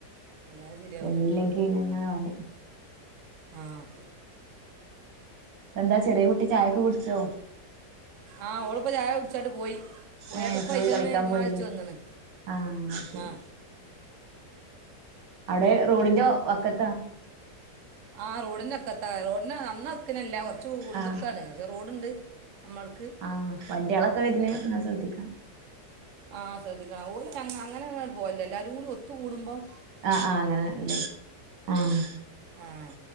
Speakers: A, on the right; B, on the right.
A: അല്ലാതെ ശരിയാവില്ല
B: വന്നില്ലെങ്കി പിന്നെങ്ങനെ പറയും
A: ആഹ്
B: എന്താ ചെറിയ കുട്ടി ചായോക്കെ കുടിച്ചോ
A: ആഹ് ഓളിപ്പ ചായകുടിച്ചാണ്ട് പോയി പോയിട്ട്
B: ഏഹ്
A: പൈച്ചന്ന്
B: പോയി കളിക്കാൻ
A: ഇമ്മ
B: പോയില്ലേ
A: വിളിച്ച് വന്നാണു
B: ആഹ് ശരി
A: ആഹ്
B: അവടെ റോഡിന്റെ വക്കത്താ
A: ആഹ് റോഡിന്റെ വക്കത്ത റോഡിന്റെ നന്നാ വാക്കിനല്ല കുറച്ച് ഉള്ള്ക്കാണ്
B: ആഹ്
A: പക്ഷെ റോഡ്ണ്ട് നമ്മോളോടുക്ക്
B: ആഹ് വണ്ടികളക്കെ വരുന്നേ ഇങ്ങനെ ശ്രദ്ധിക്കണം
A: ആഹ് ശ്രദ്ധിക്കണം ഓര് അങ്ങനെ അങ്ങ പോവല്ല എല്ലാരും കൂടി ഒത്തു കൂടുമ്പം
B: ആഹ് ആഹ് അങ്ങനെല്ലേ ആഹ്
A: ആഹ്